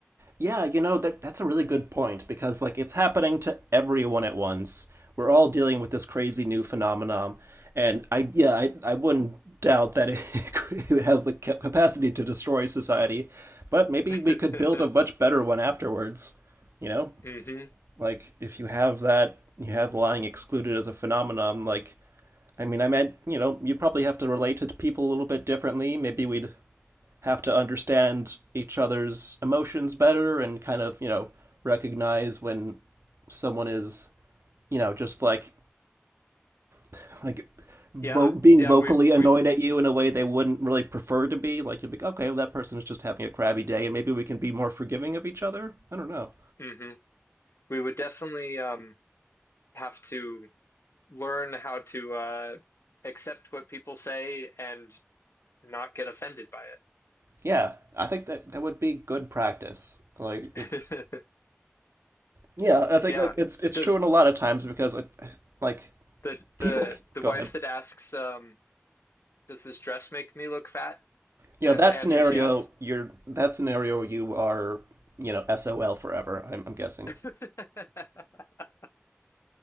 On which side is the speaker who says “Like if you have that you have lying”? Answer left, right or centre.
Right